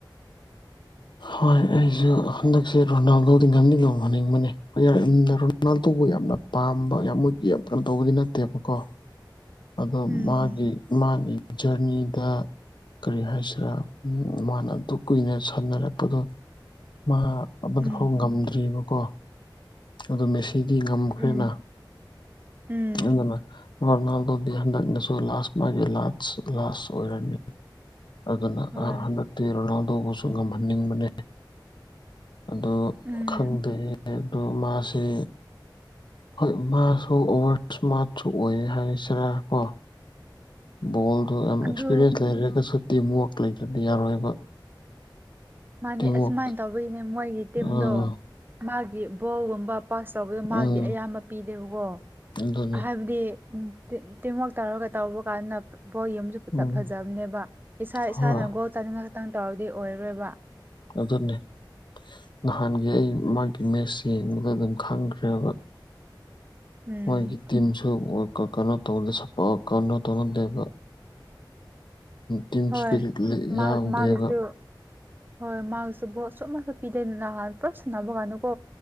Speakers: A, on the left; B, on the right.
A: ꯍꯣꯏ ꯑꯩꯁꯨ ꯍꯟꯗꯛꯁꯦ ꯔꯣꯅꯥꯜꯗꯣꯗꯤ ꯉꯝꯅꯤꯡꯉꯧꯍꯅꯤꯡꯕꯅꯦ ꯍ ꯌꯥꯔꯅ ꯔꯣꯅꯥꯜꯗꯣꯕꯨ ꯌꯥꯝꯅ ꯄꯥꯝꯕ ꯌꯥꯝ ꯃꯣꯏꯒꯤ ꯌꯥꯝ ꯀꯩꯅꯣ ꯇꯧꯕꯗꯤ ꯅꯠꯇꯦꯕꯀꯣ ꯑꯗꯣ
B: ꯎꯝ
A: ꯃꯥꯒꯤ ꯃꯥꯒꯤ ꯖꯔꯅꯤꯗ ꯀꯔꯤ ꯍꯥꯏꯁꯤꯔꯥ ꯃꯥꯅ ꯑꯗꯨ ꯀꯨꯏꯅ ꯁꯥꯟꯅꯔꯛꯄꯗꯣ ꯃꯥ ꯑꯃ
B: ꯎꯝ
A: ꯐꯥꯎ ꯉꯝꯗ꯭ꯔꯤꯕꯀꯣ ꯑꯗꯨ ꯃꯦꯁꯤꯗꯤ ꯉꯝꯈ꯭ꯔꯦꯅ
B: ꯎꯝ ꯎꯝ
A: ꯑꯗꯨꯅ ꯔꯣꯅꯥꯜꯗꯣꯗꯤ ꯍꯟꯗꯛꯅ ꯂꯥꯁ ꯃꯥꯒꯤ ꯂ ꯂꯥꯁ ꯑꯣꯏꯔꯅꯤ ꯑꯗꯨꯅ
B: ꯍꯣꯏ
A: ꯍꯟꯗꯛꯇꯤ ꯔꯣꯅꯥꯜ ꯑꯗꯨꯧꯕꯁꯨ ꯉꯝꯍꯟꯅꯤꯡꯕꯅꯤ ꯑꯗꯣ
B: ꯎꯝ
A: ꯈꯪꯗꯦꯌꯦ ꯑꯗꯣ ꯃꯥꯁꯦ ꯍꯣꯏ ꯃꯥꯁꯨ ꯑꯣꯚꯔꯁ ꯃꯥꯥꯔꯠꯁꯨ ꯑꯣꯏ ꯍꯥꯏꯁꯤꯔ ꯀꯣ ꯕꯣꯜꯗꯣ ꯌꯥꯝ
B: ꯑꯗꯨ
A: ꯑꯦꯛꯁꯄꯤꯔꯤꯌꯦꯟꯁ ꯂꯩꯔꯒꯁꯨ ꯇꯤꯝꯋꯥꯛ ꯂꯩꯗꯗꯤ ꯌꯥꯔꯣꯏꯕ
B: ꯃꯥꯅꯤ
A: ꯇꯤꯝꯋꯥꯛ
B: ꯑꯁꯨꯃꯥꯏꯅ ꯇꯧꯕꯒꯤꯅꯦ ꯃꯣꯏꯒꯤ ꯇꯤꯝꯗꯣ
A: ꯑꯥ
B: ꯃꯥꯒꯤ ꯕꯣꯜꯒꯨꯝꯕ ꯄꯥꯁ ꯇꯧꯕꯗꯣ ꯃꯥꯔꯗꯤ
A: ꯎꯝ
B: ꯑꯌꯥꯝꯕ ꯄꯤꯗꯦꯕꯀꯣ
A: ꯑꯗꯨꯅꯦ
B: ꯍꯥꯏꯕꯗꯤ ꯎ ꯇꯤꯝꯋꯔꯥꯛ ꯇꯧꯔꯒ ꯇꯧꯕ ꯀꯥꯟꯗ ꯕꯣꯜ ꯌꯨꯝꯁꯨ
A: ꯎꯝ
B: ꯐꯖꯕꯅꯦꯕ ꯏꯁꯥ ꯏꯁꯥꯅ
A: ꯍꯣꯏ
B: ꯒꯣꯜ ꯇꯥꯅꯤꯡꯉ ꯈꯤꯇꯪ ꯇꯧꯔꯗꯤ ꯑꯣꯏꯔꯔꯣꯏꯕ
A: ꯑꯗꯨꯗꯅꯦꯦ ꯅꯍꯥꯟꯒꯤ ꯑꯩ ꯃꯥꯒꯤ ꯃꯦꯠꯁ ꯌꯦꯡꯕꯗ ꯑꯗꯨꯝ ꯈꯪꯈ꯭ꯔꯦꯕ
B: ꯎꯝ
A: ꯃꯣꯏꯒꯤ ꯇꯤꯝꯁꯨ ꯀ ꯀꯅꯥ ꯇꯧꯉꯗꯦ ꯁꯄ ꯀꯅ ꯇꯧꯅꯗꯦꯕ ꯇꯤꯝ
B: ꯍꯣꯏ
A: ꯏꯁꯄꯤꯔꯤꯠ
B: ꯃꯥ
A: ꯌꯥꯝꯗꯦꯕ
B: ꯃꯥꯒꯤꯁꯨ ꯍꯣꯏ ꯃꯥꯒꯤꯁꯨ ꯣꯠ ꯁꯣꯞꯅꯁꯨ ꯄꯤꯗꯦꯀꯥꯟ ꯄꯨꯂꯞ ꯁꯥꯟꯅꯕ ꯀꯥꯟꯅꯨꯀꯣ